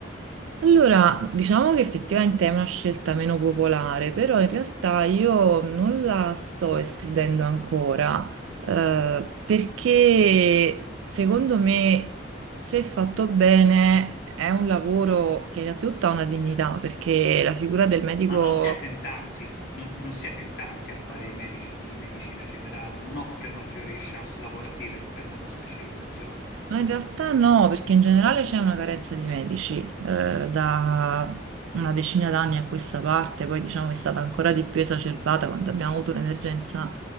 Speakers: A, on the right; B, on the left.
A: Allora, diciamo che effettivamente è una scelta meno popolare, però in realtà io non la sto escludendo ancora, eh, perché secondo me, se fatto bene, è un lavoro che innanzitutto ha una dignità, perché la figura del medico
B: ma non siete in tanti, non, non siete in tanti a fare i medici di medicina generale, non offre maggiori chance lavorative per prendere una specializzazione.
A: Ma in realtà no, perché in generale c'è una carenza di medici eh, da una decina d'anni a questa parte, poi diciamo è stata ancora di più esacerbata quando abbiamo avuto l'emergenza